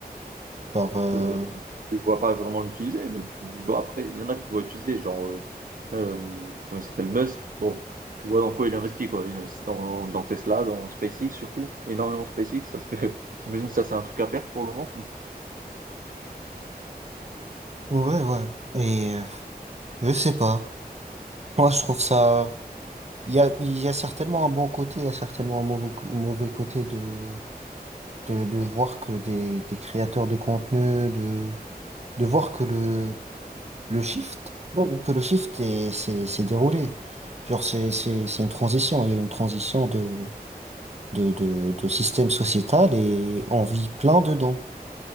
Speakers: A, on the right; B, on the right.
A: Genre,
B: Parce
A: euh,
B: que tu vois pas vraiment l'utiliser, mais tu te dis, bon, après, il y en a que tu vois utiliser, genre, euh, euh, comment il s'appelle, Musk. Bon, tu vois dans quoi il investit, quoi. Il investit dans, dans Tesla, dans SpaceX surtout, énormément SpaceX, parce que <laughs> t'imagines ça, c'est un truc à perte pour le moment. <laughs>
A: ouais, ouais. Et euh, je sais pas. Moi, je trouve ça... Il y a, il y a certainement un bon côté, il y a certainement un mauvais, co- mauvais côté de, de, de voir que des, des créateurs de contenu, de, de voir que le... le shift, oui, que le shift est- s'est s'est déroulé. Genre, c'est, c'est, c'est une transition. Il y a eu une transition de, de, de, de système sociétal et on vit plein dedans.